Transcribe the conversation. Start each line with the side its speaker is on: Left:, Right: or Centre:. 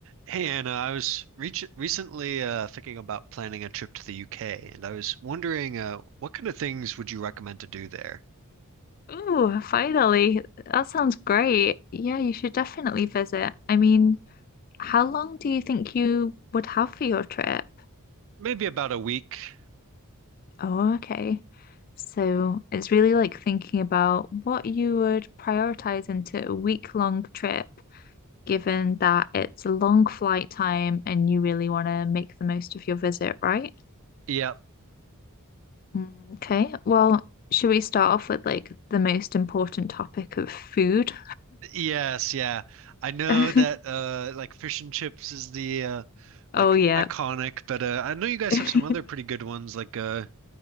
Right: Hey Anna, I was re recently uh, thinking about planning a trip to the UK, and I was wondering uh, what kind of things would you recommend to do there?
Left: Ooh, finally. That sounds great. Yeah, you should definitely visit. I mean, how long do you think you would have for your trip?
Right: Maybe about a week.
Left: Oh, okay. So it's really like thinking about what you would prioritize into a week-long trip, given that it's a long flight time and you really want to make the most of your visit, right?
Right: Yep.
Left: Mm, Okay, well, should we start off with like the most important topic of food?
Right: Yes, yeah. I know
Left: <laughs>
Right: that uh, like fish and chips is the uh,
Left: Oh,
Right: like
Left: yeah.
Right: iconic, but uh, I know you guys
Left: <laughs>
Right: have some other pretty good ones. Like uh,